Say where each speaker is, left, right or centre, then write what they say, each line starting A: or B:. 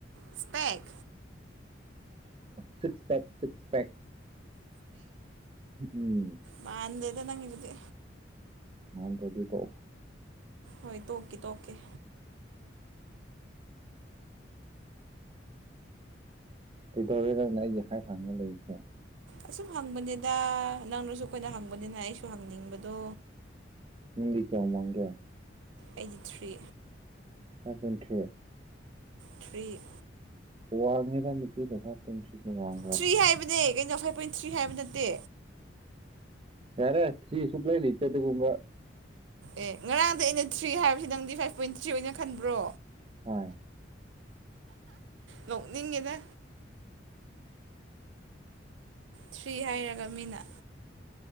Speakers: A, on the right; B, on the right.
A: ꯏꯁꯄꯦꯛ
B: ꯁꯤꯛ ꯄꯦꯛ ꯁꯤꯛ ꯄꯦꯛꯀ ꯎꯝ
A: ꯃꯥꯥꯟꯗꯦꯗ ꯅꯪꯒꯤꯗꯨꯗꯤ
B: ꯃꯥꯟꯗꯔꯗꯤ ꯇꯣꯛꯑꯨ
A: ꯍꯣꯏ ꯇꫭꯛꯀꯦ ꯇꫭꯛꯀꯦ
B: ꯀꯩꯗꯧꯔꯦ ꯅꯪꯅ ꯑꯩꯒꯤ ꯍꯥꯠ ꯍꯪꯉꯥ ꯂꯩꯔꯤꯁꯦ
A: ꯑꯁꯨꯝ ꯍꯪꯕꯅꯤꯗ ꯅꯪꯅꯁꯨ ꯑꯩꯈꯣꯏꯅ ꯍꯪꯕꯅꯤꯅ ꯑꯩꯁꯨ ꯍꯪꯅꯤꯡꯕꯗꯣ
B: ꯅꯪꯗꯤ ꯀꯌꯥꯝ ꯋꯥꯡꯒꯦ
A: ꯑꯩꯗꯤ ꯊꯥꯔꯤ
B: ꯐꯥꯏꯚ ꯄꫭꯏꯟ ꯊꯥꯔꯤ
A: ꯊꯥꯔꯤ
B: ꯋꯥꯡꯉꯦꯗ ꯅꯨꯄꯤ <unintelligible> ꯄꫭꯏꯟ ꯊꯥꯔꯤꯁꯦ ꯋꯥꯡ
A: ꯊꯥꯔꯤ ꯍꯥꯏꯕꯅꯦ ꯀꯩꯅꯣ ꯐꯥꯏꯚ ꯄꯣꯏꯟ ꯊꯥꯔꯤ ꯍꯥꯏꯕ ꯅꯠꯇꯦ
B: ꯌꯥꯔꯦ ꯊꯥꯔꯤ ꯁꯨꯛꯂꯩ ꯂꯩꯇꯦ ꯑꯗꯨꯒꯨꯝꯕ
A: ꯑꯦ ꯉꯔꯥꯡꯗ ꯑꯩꯅ ꯊꯥꯔꯤ ꯍꯥꯏꯕꯁꯤ ꯅꯪꯗꯤ ꯐꯥꯏꯚ ꯄꯣꯏꯟ ꯊꯥꯔꯤ ꯑꯣꯏꯅ ꯈꯟꯕ꯭ꯔꯣ
B: ꯍꯥꯏ
A: ꯅꯣꯛꯅꯤꯡꯉꯤꯗ ꯊꯥꯔꯤ ꯍꯥꯏꯔꯒ ꯃꯤꯅ